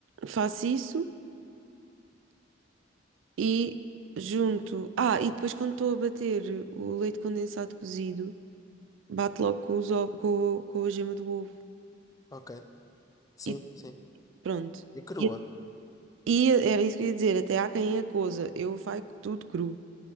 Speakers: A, on the right; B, on the left.
A: faço isso e junto. Ah, e depois quando estou a bater o leite condensado cozido, bato logo com os ovos, com, com a gema do ovo.
B: Ok, sim,
A: E
B: sim.
A: pronto.
B: E crua.
A: E, e era isso que eu ia dizer, até há quem é coisa eu vai tudo cru.